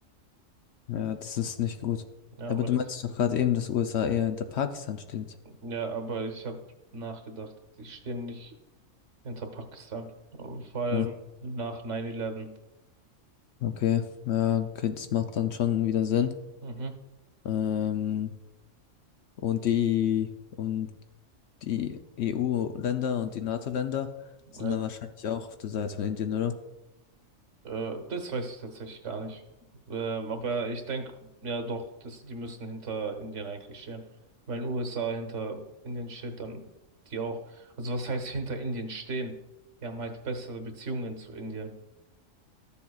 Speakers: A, on the left; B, on the right.
A: Ja, das ist nicht gut.
B: Ja,
A: Aber
B: aber
A: du
B: das,
A: meinst doch gerade eben, dass USA eher hinter Pakistan steht.
B: ja, aber ich habe nachgedacht, die stehen nicht hinter Pakistan. Vor allem
A: Ja,
B: nach 9-11.
A: okay. Ja, okay, das macht dann schon wieder Sinn.
B: Mhm.
A: Ähm, und die und die EU-Länder und die NATO-Länder
B: Ja,
A: sind dann wahrscheinlich auch auf der Seite von Indien, oder?
B: äh, das weiß ich tatsächlich gar nicht. Ähm, aber ich denke, ja doch, das, die müssen hinter Indien eigentlich stehen. Wenn USA hinter Indien steht, dann die auch. Also was heißt hinter Indien stehen? Die haben halt bessere Beziehungen zu Indien.